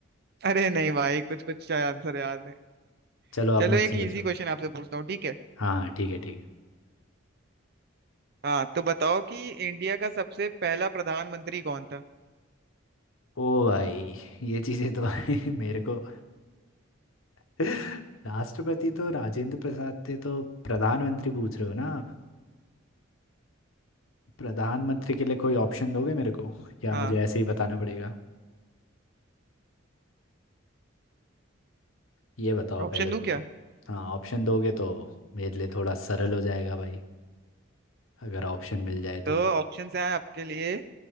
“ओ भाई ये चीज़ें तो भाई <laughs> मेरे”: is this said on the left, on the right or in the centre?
Left